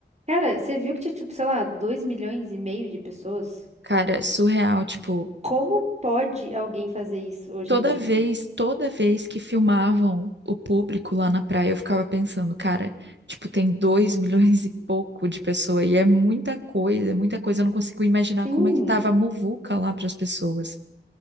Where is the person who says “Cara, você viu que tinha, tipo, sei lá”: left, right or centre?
Right